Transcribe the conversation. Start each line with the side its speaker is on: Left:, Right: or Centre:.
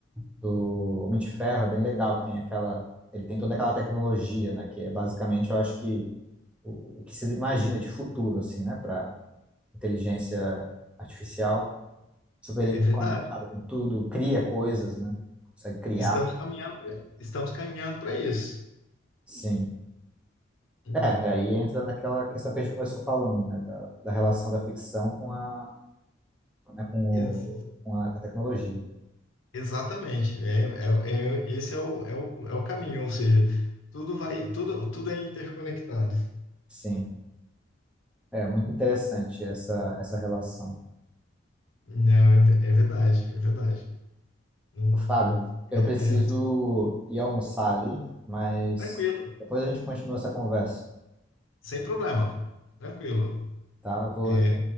Centre: do Homem de Ferro é bem legal, que tem aquela. Ele tem toda aquela tecnologia, né? Que é basicamente, eu acho que o, o que se imagina de futuro, assim, né? Para inteligência artificial. super
Left: é verdade.
Centre: conectada com tudo, cria coisas, né? Consegue criar,
Left: Estamos caminhando, pra- estamos caminhando para isso.
Centre: sim.
Left: Hum.
Centre: É, e aí entra naquela questão que a gente começou falando, né? Da, da relação da ficção com a, né, com o,
Left: Ex-
Centre: com a, tecnologia.
Left: exatamente. É, é, é- esse é o, é o, é o caminho, ou seja, tudo vai, tudo, tudo é interconectado.
Centre: Sim, é muito interessante essa, essa relação.
Left: Não, é, ve- é verdade, é verdade. Não-
Centre: Fábio,
Left: não- é,
Centre: eu preciso
Left: é
Centre: ir almoçar ali, mas
Left: tranquilo,
Centre: depois a gente continua essa conversa,
Left: sem problema. Tranquilo.
Centre: tá? Vou,
Left: É,